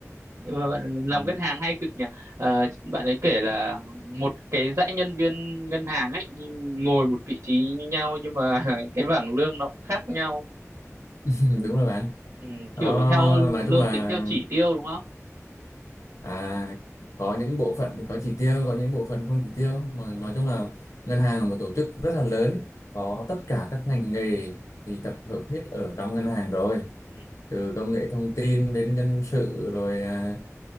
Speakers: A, on the right (about 65°); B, on the left (about 75°).
A: Nhưng mà bạn làm
B: Ừ.
A: ngân hàng hay cực nhỉ Ờ, bạn ấy kể là một cái dãy nhân viên ngân hàng ấy nhưng ngồi một vị trí như nhau nhưng mà <laughs> cái bảng lương nó cũng khác nhau
B: <laughs> đúng rồi bạn
A: ừ, kiểu
B: đó
A: theo
B: nói
A: lương
B: chung là
A: tính theo chỉ tiêu đúng không
B: À, có những bộ phận thì có chỉ tiêu, có những bộ phận không chỉ tiêu. Mà nói chung là ngân hàng là một tổ chức rất là lớn, có tất cả các ngành nghề thì tập hợp hết ở trong ngân hàng rồi.
A: ừ.
B: Từ công nghệ thông tin đến nhân sự rồi à,